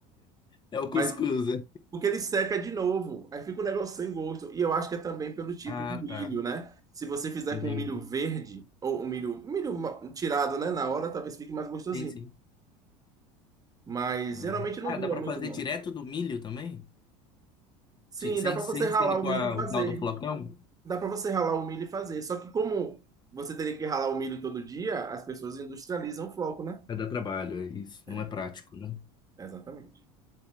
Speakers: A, on the left; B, on the right.
A: É o
B: Mas
A: cuscuz, né?
B: porque ele seca de novo. Aí fica um negócio sem gosto. E eu acho que é também pelo tipo
A: Ah,
B: de milho,
A: tá.
B: né? Se você fizer
A: Entendi.
B: com milho verde, ou um milho, um milho ma- tirado, né? Na hora, talvez fique mais gostosinho.
A: Sim, sim.
B: Mas
A: Ah,
B: geralmente não
A: Ah,
B: dura
A: dá pra
B: muito,
A: fazer
B: não.
A: direto do milho também?
B: Sim,
A: Sem, sem
B: dá para
A: sem
B: você ralar
A: ser com
B: o milho
A: a-
B: e fazer.
A: o tal do flocão?
B: dá para você ralar o milho e fazer. Só que como você teria que ralar o milho todo dia, as pessoas industrializam o floco, né?
A: É dar trabalho, é isso.
B: É,
A: Não é prático, né?
B: exatamente.